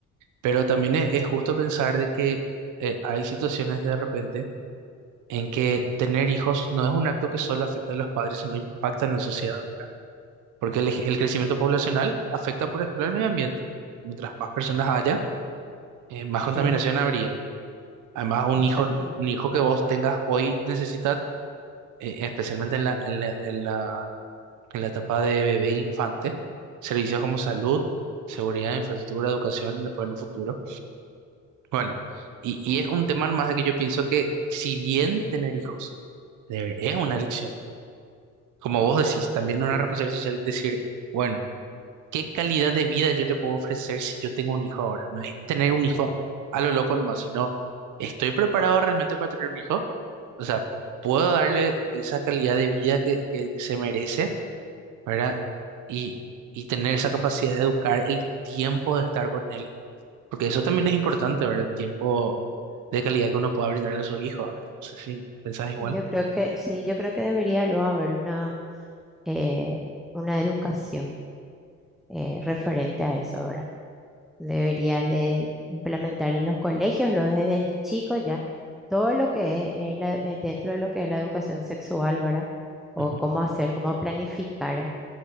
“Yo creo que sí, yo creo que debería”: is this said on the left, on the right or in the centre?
Centre